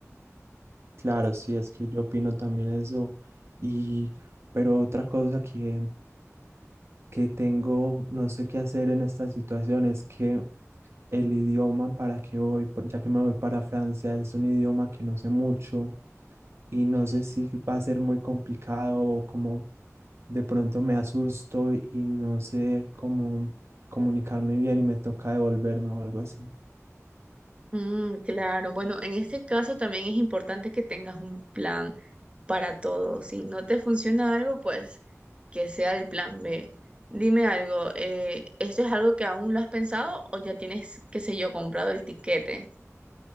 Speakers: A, on the right; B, on the right.
A: Claro, sí, es que yo opino también eso. Y, pero otra cosa que, que tengo, no sé qué hacer en esta situación es que el idioma para que voy, por- ya que me voy para Francia, es un idioma que no sé mucho y no sé si va a ser muy complicado o como de pronto me asusto y no sé cómo comunicarme bien y me toca devolverme o algo así.
B: Mm, claro, bueno, en este caso también es importante que tengas un plan para todo. Si no te funciona algo, pues que sea el plan B. Dime algo, eh, ¿esto es algo que aún lo has pensado o ya tienes, qué sé yo, comprado el tiquete?